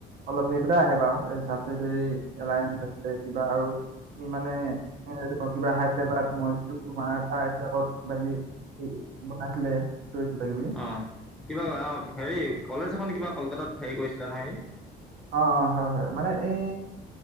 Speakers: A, on the right; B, in the centre.
A: অলপ সেই দুটা আহে বাৰু, এই চাবচিডিৰী এলায়েন্ঞ্চ <unintelligible> কিবা আৰু ই মানে কিবা হায়দৰাবাদ <unintelligible> মাৰাঠা এইবিলাকত কিবা কিবি বনাইছিলে। তো কিবা কিবি
B: অ, কিবা অ, হেৰি কলেজ এখন কিবা কলকাতাত হেৰি কৰিছিলে নহয় সি।
A: অ', অ', হয়-হয় মানে এই